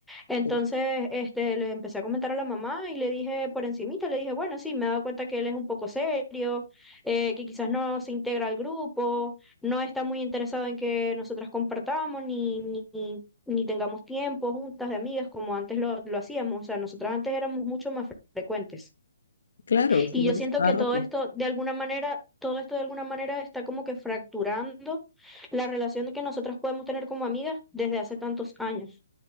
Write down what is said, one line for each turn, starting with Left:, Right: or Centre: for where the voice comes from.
Centre: Entonces,
Left: Sí.
Centre: este, le empecé a comentar a la mamá y le dije por encimita, le dije, bueno, sí, me he dado cuenta que él es un poco serio, eh, que quizás no se integra al grupo, no está muy interesado en que nosotras compartamos ni, ni, ni ni tengamos tiempo juntas de amigas como antes lo, lo hacíamos. O sea, nosotras antes éramos mucho más frecuentes.
Left: Claro, salían
Centre: Y yo siento
Left: cada
Centre: que
Left: rato.
Centre: todo esto, de alguna manera, todo esto de alguna manera está como que fracturando la relación que nosotras podemos tener como amigas desde hace tantos años.